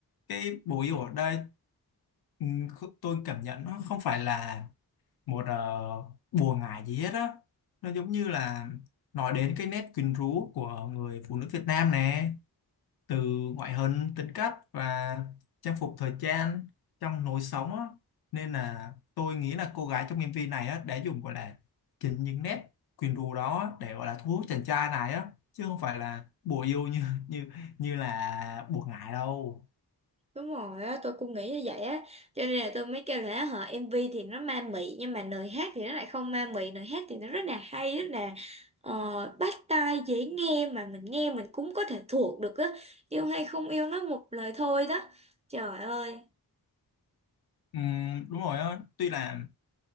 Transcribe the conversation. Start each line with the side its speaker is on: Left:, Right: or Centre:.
Left: cái bùi yêu ở đây ừ, kh- tôi cảm nhận nó không phải là một uh, bùa ngải gì hết á nó giống như là nói đến cái nét quyến rũ của người phụ nữ Việt Nam nè từ ngoại hình tính cách và trang phục thời trang trong lối sống á. nên là tôi nghĩ là cô gái trong MV này á, đã dùng gọi là chính những nét quyến rũ đó á, để gọi là thu hút chàng trai này á chứ không phải là bùa yêu như như như là bùa ngải đâu
Right: Đúng rồi á, tôi cũng nghĩ như vậy á Cho nên là tôi mới kêu là hả MV thì nó ma mị Nhưng mà lời hát thì nó lại không ma mị Lời hát thì nó rất là hay, rất là ờ, bắt tai, dễ nghe Mà mình nghe mình cũng có thể thuộc được á Yêu hay không yêu nó một lời thôi đó Trời ơi
Left: Ừm, đúng rồi á tuy là